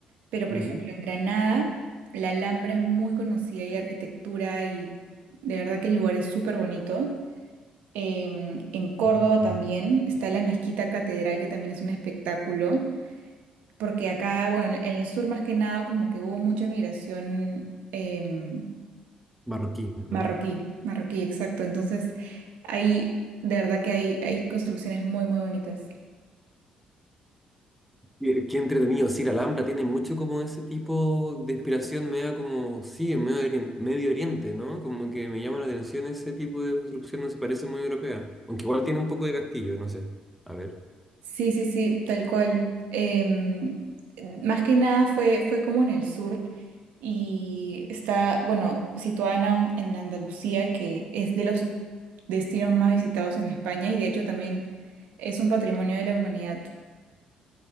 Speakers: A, on the right (about 80°); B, in the centre.
A: Pero, por
B: Ujú.
A: ejemplo, en Granada, la Alhambra es muy conocida y la arquitectura y de verdad que el lugar es súper bonito. Em, en Córdoba
B: Ujú.
A: también está la Mezquita Catedral, que también es un espectáculo, porque acá, bueno, en en el sur más que nada, como que hubo mucha migración. em,
B: Marroquí, ¿no?
A: Marroquí, marroquí, exacto. Entonces, ahí, de verdad que hay, hay construcciones muy, muy bonitas.
B: Qué, qué entretenido, sí, la Alhambra tiene mucho como ese tipo de inspiración media como, sí, en medio, Orien- Medio Oriente, ¿no? Como que me llama la atención ese tipo de construcción, no se parece muy europea. Aunque igual tiene un poco de castillo, no sé. A ver.
A: Sí, sí, sí, tal cual. Em, más que nada fue, fue como en el sur y está, bueno, situada en, An- en Andalucía, que es de los destinos más visitados en España y de hecho también es un patrimonio de la humanidad.